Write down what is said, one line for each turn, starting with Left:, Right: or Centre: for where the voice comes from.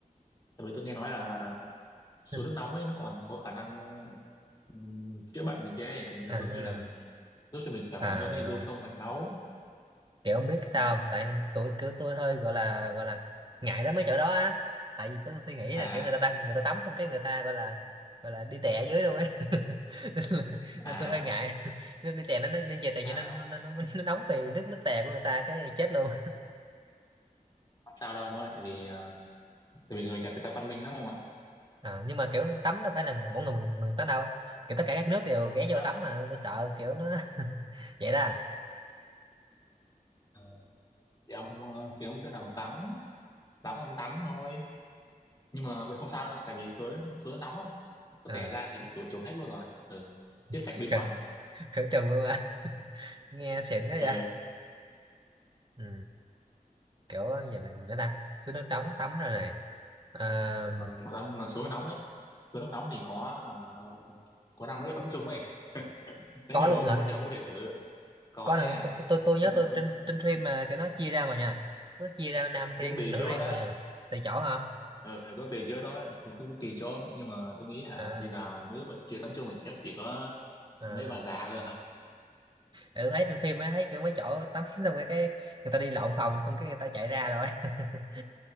Left: tại vì tôi nghe nói là xuống
Right: <laughs>
Left: nước nóng ấy nó còn có khả năng ờ, ừm, chữa bệnh này kia ấy, cái
Right: à,
Left: giống như là mình giúp cho mình khỏe
Right: à
Left: mạnh hơn nên lưu thông mạch máu
Right: kiểu không biết sao
Left: ừ.
Right: không? tại tôi kiểu tôi hơi gọi là gọi là ngại lắm mấy chỗ đó á tại vì cứ suy nghĩ
Left: à
Right: là kiểu người ta tăng người ta tắm xong cái người ta gọi là gọi là đi tè ở dưới luôn ấy <laughs> nên, là, nên
Left: à
Right: tôi hơi ngại <laughs> nên đi tè nó nó- nên chè tè
Left: à
Right: cho nên nó, nó, nó, nó nóng vì nước nước tè của người ta cái chết luôn
Left: không sao đâu ông ơi tại vì à, tại vì người Nhật người ta văn minh lắm không ạ
Right: à, nhưng mà kiểu tắm đâu phải là mỗi người một người tắm đâu kiểu tất cả các nước đều ghé vô
Left: Đó.
Right: tắm mà nên tôi sợ kiểu nó <laughs> vậy đó à
Left: Ờ, thì ông ờ, kiếm chỗ nào vắng vắng ông tắm thôi nhưng mà mình không sao đâu ạ tại vì suối suối nóng lắm có
Right: À,
Left: tè ra thì nó khử trùng hết luôn rồi ừ. chết sạch
Right: khử,
Left: vi khuẩn
Right: khử trùng luôn à nghe xịn quá
Left: ừ.
Right: vậy ừ. kiểu gì nữa, gì nữa ta xuống nước trống tắm rồi này à,
Left: Rồi mà tắm mà suối nóng ấy suối nước nóng thì có ờ, có năm nước tắm chung ấy <laughs> nếu
Right: có
Left: như
Right: luôn
Left: mà ông
Right: hả
Left: muốn thì ông có thể thử có
Right: có
Left: nha
Right: là tôi, tôi, tôi, tôi nhớ
Left: nhưng mà
Right: tôi
Left: cũng
Right: trên trên phim mà cái nó chia ra mà nha nó chia ra nam riêng
Left: cũng tùy
Right: nữ
Left: chỗ
Right: riêng
Left: đó
Right: mà nha tùy chỗ hả
Left: ừ, cũng tùy chỗ đó cũng, cũng tùy chỗ nhưng mà tôi nghĩ hả
Right: à,
Left: bây giờ nữ mà chưa tắm chung thì chắc chỉ có
Right: à.
Left: mấy bà già thôi
Right: Tại tôi thấy trên phim ấy thấy kiểu mấy chỗ tắm <laughs> xong cái, cái người ta đi lộn phòng xong cái người ta chạy ra rồi <laughs>